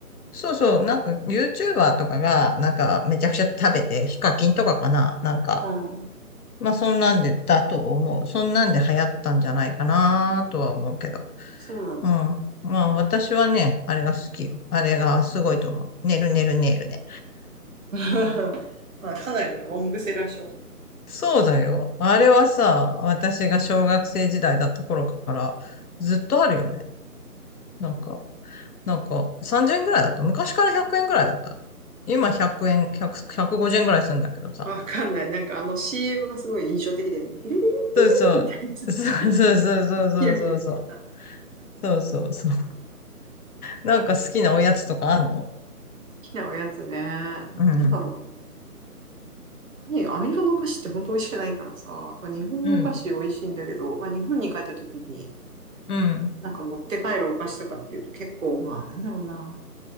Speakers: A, on the left (about 70°); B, on the right (about 55°).
A: そうそう、なんか YouTuber とかが、なんかめちゃくちゃ食べて、ヒカキンとかかな、なんか
B: うん。うん
A: まあ、そんなんで、だと思う。そんなんで流行ったんじゃないかなとは思うけど。
B: そうなんだ。
A: うん。まあ、私はね、あれが好きよ。あれがすごいと思う。ねるねるねるね。
B: <laughs> まあ、かなりのロングセラー商品ね。
A: そうだよ。あれはさ、私が小学生時代だった頃からずっとあるよね。なんか、なんか30円ぐらいだった。昔から100円ぐらいだった。今100円、100、150円ぐらいするんだけどさ。
B: わかんない。なんかあの CM がすごい印象的だよね。テレレレテレレみたいな、
A: そうそう。そうそうそうそうそうそうそう。
B: キラキラしてた。
A: そうそうそう。なんか好きなおやつとかあんの
B: きなおやつね。なんだろうね。
A: うん。
B: 何アメリカのお菓子って本当美味しくないからさ、やっぱ日本のお菓子美味しいんだけど、
A: うん、
B: まあ日本に帰った時に
A: うん、
B: なんか持って帰るお菓子とかっていうと結構まあなんだろうな。